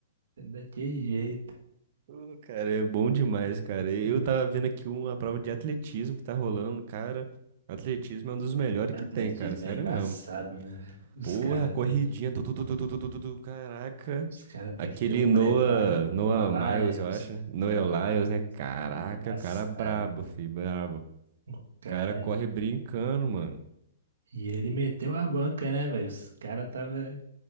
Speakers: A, on the right (about 80°); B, on the right (about 50°).
A: é Daquele jeito.
B: Pô, cara, é bom demais, cara.
A: Assim,
B: Eu tava vendo aqui uma prova de atletismo que tá rolando, cara. Atletismo é um dos melhores
A: Atletismo
B: que tem, cara, sério
A: é embaçado,
B: mesmo.
A: né, velho? Os
B: Porra,
A: caras
B: corridinha,
A: têm que,
B: tu, tu, tu, tu, tu, tu, tu, tu, tu, caraca.
A: os cara tem
B: Aquele
A: que ter um preparo.
B: Noah, Noah
A: Não é lá,
B: Miles,
A: Ibs.
B: eu acho, né? Noah
A: Não é lá,
B: Lyles,
A: Ibs.
B: né? Caraca,
A: Ele é embaçado,
B: o cara brabo,
A: meu.
B: fi, brabo.
A: O cara.
B: O cara corre brincando, mano.
A: E ele meteu a banca, né, velho? Os caras tava.